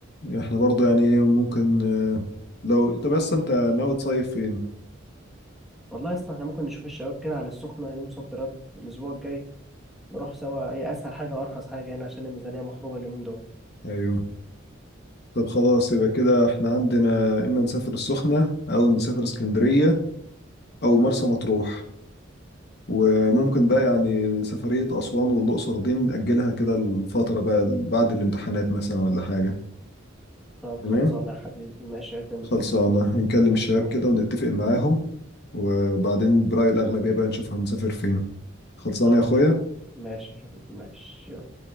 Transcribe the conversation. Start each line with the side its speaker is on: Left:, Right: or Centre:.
Left: احنا برضو يعني ايه ممكن آه، لو طب بس انت ناوي تصيف فين
Centre: والله يا اسطى احنا ممكن نشوف الشباب كده على السخنة يوم صد رد الأسبوع الجاي نروح سوا هي أسهل حاجة وأرخص حاجة هنا عشان الميزانية مخروبة اليومين دول
Left: ايوه طب خلاص يبقى كده احنا عندنا اما نسافر السخنة او نسافر اسكندرية او مرسى مطروح وممكن بقى يعني سفرية أسوان والأقصر دي نأجلها كده الفترة بقى بعد الامتحانات مثلا ولا حاجة
Centre: طب
Left: تمام
Centre: خلصانة يا حبيبي ماشي يا تمام
Left: خلصانة نكلم الشباب
Centre: خلصانة
Left: كده
Centre: يا حبيبي
Left: ونتفق معاهم وبعدين برأي الأغلبية بقى نشوف هنسافر فين خلصانة
Centre: طيب
Left: يا أخويا
Centre: يا حبيبي ماشي يا حبيبي ماشي يلا